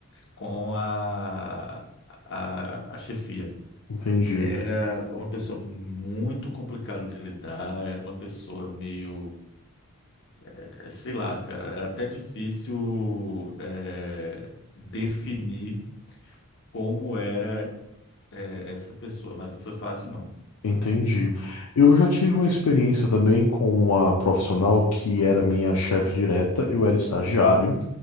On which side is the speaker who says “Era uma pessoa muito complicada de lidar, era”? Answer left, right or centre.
Left